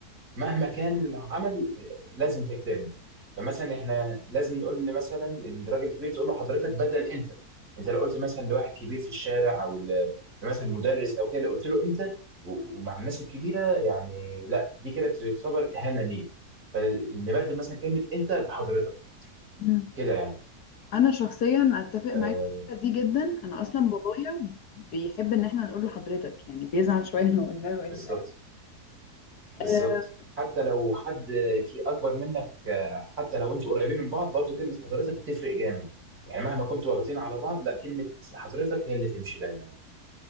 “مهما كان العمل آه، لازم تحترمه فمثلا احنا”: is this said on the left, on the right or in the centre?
Right